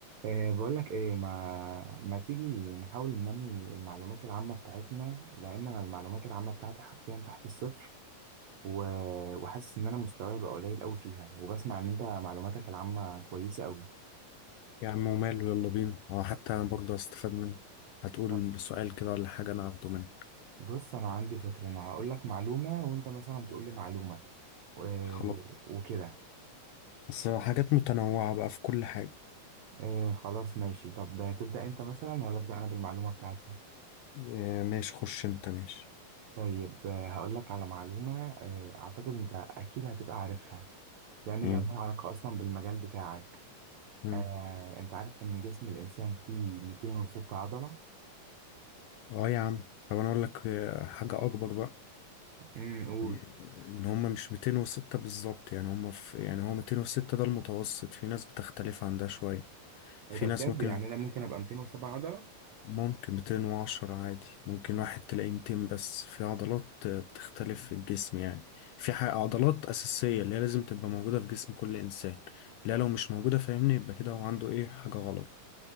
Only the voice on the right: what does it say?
أه بقول لك ايه ما ما تيجي نحاول ننمي المعلومات العامة بتاعتنا لان انا المعلومات العامة بتاعتي حرفيا تحت الصفر و... وحاسس ان انا مستواي بقى قليل قوي فيها وبسمع ان انت معلوماتك العامة كويسة قوي
طب
بص انا عندي فكرة انا هقول لك معلومة وانت مثلا تقول لي معلومة و...
وكده
أه خلاص ماشي طب تبدأ انت مثلا ولا ابدأ انا بالمعلومة بتاعتي
طيب أه هقول لك على معلومة أه اعتقد انت اكيد هتبقى عارفها لأن
هي لها علاقة أصلا بالمجال بتاعك
آه، أنت عارف إن جسم الإنسان فيه 206 عضلة؟
امم قول
إيه ده بجد
يعني أنا ممكن أبقى 207 عضلة؟